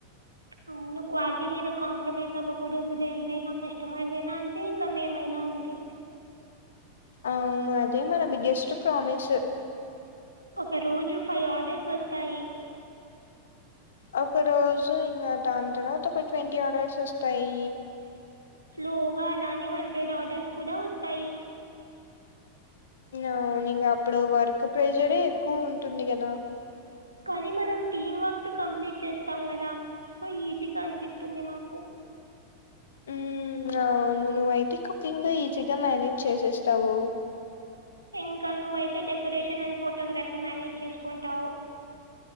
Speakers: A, on the right; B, on the left.
A: అవును క్వాలిటీ మీద కాంప్రమైజ్ అవ్వకూడదులే ఎంతైనా కస్టమర్స్ అయినా అంతే ఇంకా మేమైనా అంతే
B: అవును అదే మన బిగ్గెస్ట్ ప్రామిస్
A: ఒక్కరోజు ఫైవ్ ఆర్డర్స్ వస్తాయి
B: ఒక్క రోజు ఇంకా దాని తర్వాత ఒక ట్వంటీ ఆర్డర్స్ వస్తాయి
A: స్లోగా అలానే హండ్రెడ్ ఆర్డర్స్ కూడా వస్తాయి
B: అవును ఇంకా అప్పుడు వర్క్ ప్రెజర్ ఎక్కువ ఉంటుంది కదా
A: కానీ మనం టీం వర్క్ తో కంప్లీట్ చేస్తాం కదా సో ఈజీగా అనిపిస్తుంది మాకు
B: ఊ ఇగా అవును నువ్వైతే కుకింగ్ ఈజీగా మానేజ్ చేసేస్తావు
A: ఇంకా నువ్వైతే డెకరేషన్ అండ్ ఫోటోగ్రఫీ మేనేజ్ చేసుకుంటావు